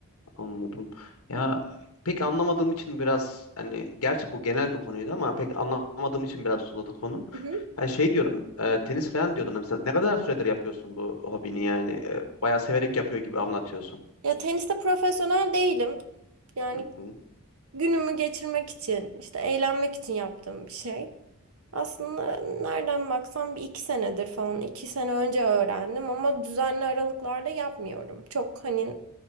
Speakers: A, on the left; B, on the right.
A: anladım. Ya pek anlamadığım için biraz hani gerçi bu genel bir konuydu ama pek anlamadığım için biraz uzadı konu.
B: Hı hı.
A: Ha, şey diyordun, e, tenis falan diyordun mesela. Ne kadar süredir yapıyorsun bu hobini yani? E, bayağı severek yapıyor gibi anlatıyorsun.
B: Ya teniste profesyonel değilim. Yani
A: Hı hı.
B: günümü geçirmek için, işte eğlenmek için yaptığım bir şey. Aslında nereden baksam bir iki senedir falan, iki sene önce öğrendim ama düzenli aralıklarla yapmıyorum. Çok hani